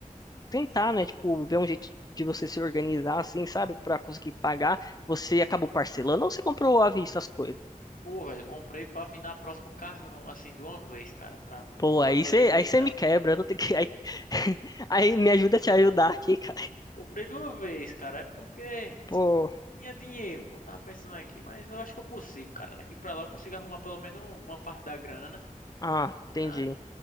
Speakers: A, on the left; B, on the left.
A: tentar, né? Tipo, ver um jeito de você se organizar, assim, sabe? Pra conseguir pagar. Você acabou parcelando ou você comprou à vista as coisas?
B: Pô, velho, comprei pra vir na próximo carro, assim, de uma vez, cara. Pra...
A: Pô,
B: Não parcelei
A: aí você,
B: muito,
A: aí você
B: não.
A: me quebra, eu não tenho que. Aí, <laughs> aí me ajuda a te ajudar aqui, cara.
B: Comprei de uma vez, cara. É porque
A: Pô,
B: tinha dinheiro, pô. Tava pensando aqui, mas eu acho que eu consigo, cara. Daqui pra lá eu consigo arrumar pelo menos uma parte da grana.
A: ah, entendi.
B: Ah,